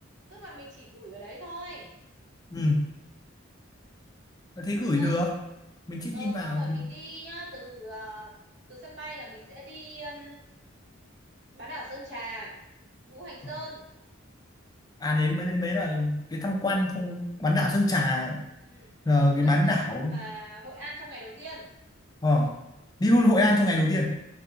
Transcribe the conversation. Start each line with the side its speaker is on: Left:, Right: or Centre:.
Right: tức là mình chỉ gửi ở đấy thôi
Left: Ừ, Ờ, thế gửi
Right: nhá
Left: được. Mình check
Right: ờ
Left: in vào
Right: xong rồi
Left: thì
Right: mình đi nhá từ ờ, từ sân bay là mình sẽ đi ừm, bán đảo Sơn Trà Ngũ Hành Sơn
Left: Ờ. à đấy mới mới là cái tham quan phong bán đảo Sơn Trà
Right: ừ.
Left: là
Right: Ngũ
Left: cái
Right: Hành
Left: bán
Right: Sơn
Left: đảo.
Right: và Hội An trong ngày đầu tiên
Left: Ờ. Đi luôn Hội An trong ngày đầu tiên.